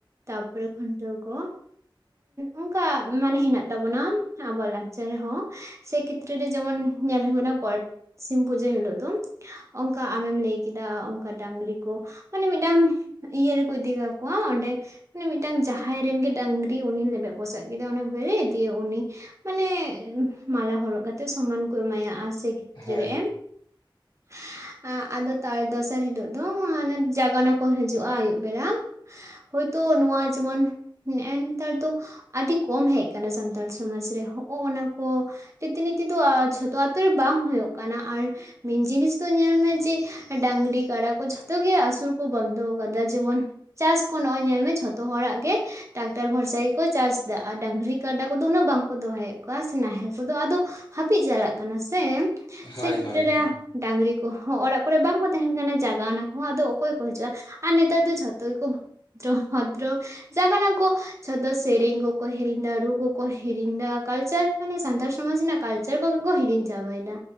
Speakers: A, on the right; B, on the left.
A: ᱛᱟᱨᱯᱚᱨᱮ ᱠᱷᱚᱱᱴᱟᱹᱣ ᱠᱚ᱾ ᱚᱱᱠᱟ ᱢᱟᱱᱮ ᱦᱮᱱᱟᱜ ᱛᱟᱵᱚᱱᱟ ᱟᱵᱚᱣᱟᱜ ᱞᱟᱠᱪᱟᱨ ᱨᱮᱦᱚᱸ᱾ ᱥᱮ ᱠᱷᱮᱛᱨᱮ ᱨᱮ ᱡᱮᱢᱚᱱ ᱧᱮᱞ ᱦᱩᱭᱩᱜ ᱠᱟᱱᱟ ᱜᱚᱴ ᱥᱤᱢ ᱯᱩᱡᱟᱹ ᱦᱤᱞᱳᱜ ᱫᱚ᱾ ᱚᱱᱠᱟ ᱟᱢᱮᱢ ᱞᱟᱹᱭ ᱠᱮᱫᱟ ᱚᱱᱠᱟ ᱰᱟᱝᱨᱤ ᱠᱚ᱾ ᱢᱟᱱᱮ ᱢᱤᱫᱴᱟᱝ ᱤᱭᱟᱹ ᱨᱮᱠᱚ ᱤᱫᱤ ᱠᱟᱠᱚᱣᱟ ᱚᱸᱰᱮ ᱢᱟᱱᱮ ᱢᱤᱫᱴᱟᱝ ᱡᱟᱦᱟᱸᱭ ᱨᱮᱱ ᱜᱮ ᱰᱟᱝᱨᱤ ᱩᱱᱤ ᱞᱮᱵᱮᱫ ᱯᱚᱥᱟᱜ ᱠᱮᱫᱟ, ᱚᱱᱟ ᱵᱮᱨᱮᱫ ᱤᱫᱤᱭᱟ ᱩᱱᱤ᱾ ᱢᱟᱱᱮ ᱢᱟᱞᱟ ᱦᱚᱨᱚᱜ ᱠᱟᱛᱮᱫ ᱥᱚᱢᱟᱱ ᱠᱚ ᱮᱢᱟᱭᱟ ᱥᱮ ᱠᱷᱮᱛᱨᱮ
B: ᱦᱳᱭ
A: ᱮᱢ᱾ <inaudible> ᱟᱫᱚ ᱛᱟᱨ ᱫᱚᱥᱟᱨ ᱦᱤᱞᱳᱜ ᱫᱚ ᱚᱱᱮ ᱡᱟᱜᱟᱱᱟ ᱠᱚ ᱦᱤᱡᱩᱜᱼᱟ ᱟᱹᱭᱩᱵ ᱵᱮᱲᱟ᱾ ᱦᱳᱭᱛᱚ ᱱᱚᱣᱟ ᱡᱮᱢᱚᱱ ᱱᱮᱜ ᱱᱮᱛᱟᱨ ᱫᱚ ᱟᱹᱰᱤ ᱠᱚᱢ ᱦᱮᱡ ᱟᱠᱟᱱᱟ ᱥᱟᱱᱛᱟᱲ ᱥᱚᱢᱟᱡᱽ ᱨᱮ ᱦᱚᱜ ᱚᱱᱟ ᱠᱚ ᱨᱤᱛ ᱱᱤᱛᱤ ᱫᱚ ᱡᱷᱚᱛᱚ ᱟᱛᱳ ᱨᱮ ᱵᱟᱝ ᱦᱩᱭᱩᱜ ᱠᱟᱱᱟ ᱟᱨ ᱢᱮᱱ ᱡᱤᱱᱤᱥ ᱫᱚ ᱧᱮᱞ ᱢᱮ ᱡᱮ ᱰᱟᱝᱨᱤ ᱠᱟᱰᱟ ᱠᱚ ᱡᱷᱚᱛᱚ ᱜᱮ ᱟᱹᱥᱩᱞ ᱠᱚ ᱵᱚᱱᱫᱚ ᱟᱠᱟᱫᱟ ᱡᱮᱢᱚᱱ ᱪᱟᱥ ᱠᱚ ᱱᱚᱜ-ᱚᱭ ᱧᱮᱞ ᱢᱮᱮ ᱡᱷᱚᱛᱚ ᱦᱚᱲᱟᱜ ᱜᱮ ᱴᱨᱟᱠᱴᱟᱨ ᱵᱷᱚᱨᱥᱟᱭ ᱠᱚ ᱪᱟᱥ ᱮᱫᱟ ᱟᱨ ᱰᱟᱝᱨᱤ ᱠᱟᱰᱟ ᱠᱚᱫᱚ ᱩᱱᱟᱹᱜ ᱵᱟᱝᱠᱚ ᱫᱚᱦᱚᱭᱮᱫ ᱠᱚᱣᱟ ᱱᱟᱦᱮᱞ ᱠᱚᱫᱚ ᱟᱫᱚ ᱦᱟᱹᱯᱤᱫ ᱪᱟᱞᱟᱜ ᱠᱟᱱᱟ ᱥᱮ
B: ᱦᱳᱭ
A: ᱥᱮᱭ ᱠᱷᱮᱛᱨᱟᱹ
B: ᱦᱳᱭ
A: ᱨᱮ ᱰᱟᱝᱨᱤ ᱠᱚᱦᱚᱸ ᱚᱲᱟᱜ ᱠᱚᱨᱮ ᱵᱟᱝ ᱠᱚ ᱛᱟᱦᱮᱱ ᱠᱟᱱᱟ ᱡᱟᱭᱜᱟ ᱚᱱᱟ ᱠᱚᱦᱚᱸ ᱟᱫᱚ ᱚᱠᱚᱭ ᱠᱚ ᱦᱤᱡᱩᱜ-ᱟ ᱟᱨ ᱱᱮᱛᱟᱨ ᱫᱚ ᱡᱷᱚᱛᱚ ᱠᱚ ᱵᱷᱚᱫᱨᱚ ᱵᱷᱚᱫᱨᱚ ᱡᱟᱸᱜᱟ ᱱᱟᱠᱚ ᱪᱷᱚᱫ ᱥᱮᱨᱮᱧ ᱠᱚ ᱠᱚ ᱦᱮᱨᱮᱧ ᱫᱟ ᱨᱩᱜᱩᱜ ᱠᱚ ᱦᱤᱨᱮᱧᱫᱟ ᱠᱟᱞᱪᱟᱨ ᱢᱟᱱᱮ ᱥᱟᱱᱛᱟᱲ ᱥᱚᱢᱟᱡᱽ ᱨᱮᱱᱟᱜ ᱠᱟᱞᱪᱟᱨ ᱠᱚᱜᱮ ᱠᱚ ᱦᱤᱲᱤᱧ ᱪᱟᱵᱟᱭᱮᱫᱟ